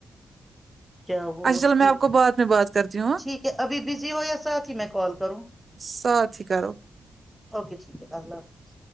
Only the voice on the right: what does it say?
اچھا
چلو میں
آپ کو بعد میں بات کرتی ہوں ہاں؟
ساتھی کرو